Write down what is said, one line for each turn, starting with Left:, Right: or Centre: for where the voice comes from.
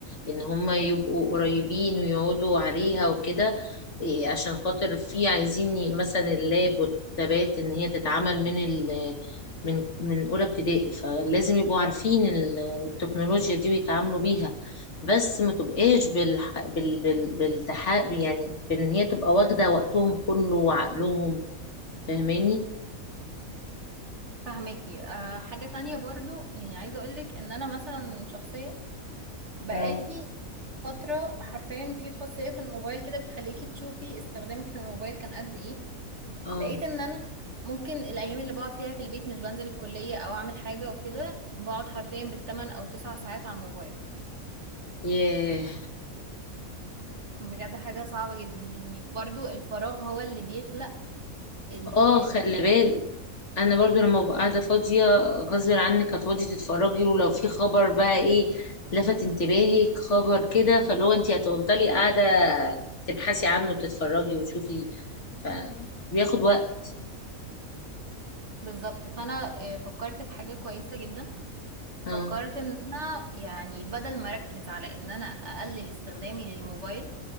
Left: ان هم يبقوا قريبين ويقعدوا عليها وكده إيه، عشان خاطر في عايزين ي- مثلا اللاب والتابات ان هي تتعمل من ال من من اولى ابتدائي فلازم يبقوا عارفين ال- التكنولوجيا دي ويتعاملوا بيها بس ما تبقاش بالح... بال... بال... بالتح... يعني بان هي تبقى واخده وقتهم كله وعقلهم فاهماني
Right: فهماكي أه حاجة تانية برضو يعني عايزة اقولك ان انا مثلا شخصيا بقالي
Left: آه.
Right: فترة حرفيا في خاصية في الموبايل كده بتخليكي تشوفي استخدامك للموبايل كان قد ايه
Left: اه
Right: لقيت ان انا ممكن الايام اللي بقعد فيها في البيت مش بنزل الكلية او اعمل حاجة وكده بقعد حرفيا بالتمن او تسع ساعات على الموبايل
Left: ياه
Right: بجد حاجة صعبة جدا يعني برضو الفراغ هو اللي بيخلق ال-
Left: اه خلي بالك انا برضو لما ببقى قاعده فاضيه غصب عنك هتقعدي تتفرجي ولو في خبر بقى ايه لفت انتباهك خبر كده فاللي هو انت هتفضلي قاعده تبحثي عنه وتتفرجي وتشوفي فبياخد وقت
Right: بالظبط فانا آه، فكرت في حاجة كويسة جدا
Left: اه
Right: فكرت ان انا يعني بدل ما اركز على ان انا اقلل استخدامي للموبايل